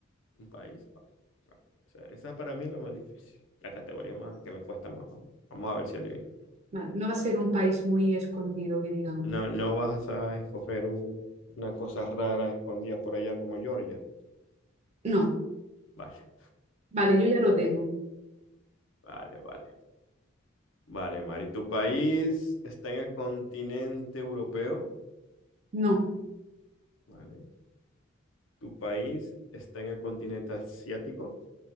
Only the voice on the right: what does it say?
Vale, no va a ser un país muy escondido, que digamos.
No.
Vale, yo ya lo tengo.
No.